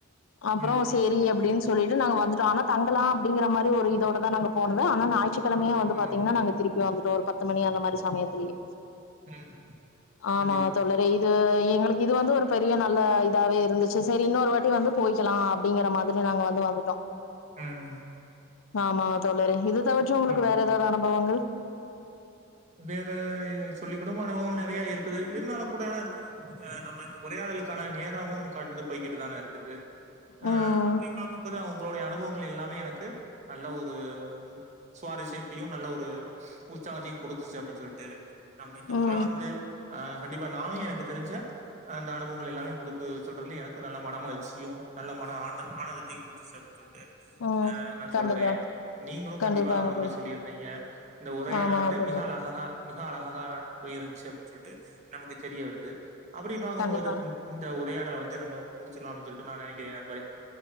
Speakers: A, on the left; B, on the right.
A: அப்றோ
B: ம்
A: சேரி அப்டின்னு சொல் சொல்லிட்டு நாங்க வந்துட்டோ ஆனா தங்கலா அப்டிங்கற மாரி ஒரு இதோட தா நாங்க போனது ஆனா நாயிற்றுக்கெழமையு வந்து
B: ம்
A: பாத் நாங்க திருப்பி வந்துட்டோ ஒரு பத்து மணி அந்த மாதிரி சமயத்திலியே.
B: ம்
A: ஆமா
B: கண்டிப்பா
A: தோழரே. இது எங்ளுக்கு இது வந்து ஒரு பெரிய நல்ல இதாவே இருந்துச்சு. சேரி இன்னொரு வாட்டி வந்து போயிக்கலா அப்டிங்குற மாதிரி நாங்க வந்து வந்துட்டோ
B: ம்
A: ஆமா தோழரே, இது தவற்றும் உங்களுக்கு
B: ஹண்ட்ரட்
A: வேற ஏதாவ்து அனுபவங்கள்.
B: வேற சொல்லிக்குடும் அனுபவோ நெறைய இருக்குது, இருந்தாலு கூட அ-நம்ம இந்த உரையாடலுக்கான நேரமும் கடந்து போய்கிட்டு தான இருக்குது. ஆ
A: ம்
B: அப்டி பாக்கும்போது அவங்களுடைய அனுபவங்கள் எல்லாமே எனக்கு நல்ல ஒரு சுவாரிசியத்தையுநல்ல ஒரு உற்சாகத்தையு குடுத்துச்சு அப்டின்னு சொல்லிட்டு. நம்ம இந்த
A: ம்
B: உர வந்து அ-கண்டிப்பா நானும் எனக்கு தெரிஞ்ச அந்த அனுபவங்கள் எல்லாமே உங்களுக்கு சொல்றதுல, எனக்கு நல்ல மன மகிழ்ச்சியும், நல்ல மன ஆன-ஆனந்தத்தையு குடுத்துச்சு. அப்டின் சொல்ட்டு
A: ம்
B: ஆ நா
A: கண்டிப்பா
B: சொல்றேன், நீங்களும்
A: கண்டிப்பாங்க
B: கண்டிப்பா அழகான
A: தோழி
B: முடிவு சொல்லிருந்தீங்க. இந்த உரையாடல்
A: ஆமாங்க
B: வந்து
A: தோழி
B: மிக அழ அஹஹா மிக அழகாக போயிருந்துச்சு அப்டின்னு சொல்லிட்டு நமக்கு தெரிய வருது. அப்டி பாக்கும்போது,
A: கண்டிப்பாங்க
B: இந்-இந்த
A: தோழி
B: உரையாடல வந்து நம்ம முடிச்சக்கலாம்னு சொல்லிட்டு நா நெனக்கிறேன் நண்பரே.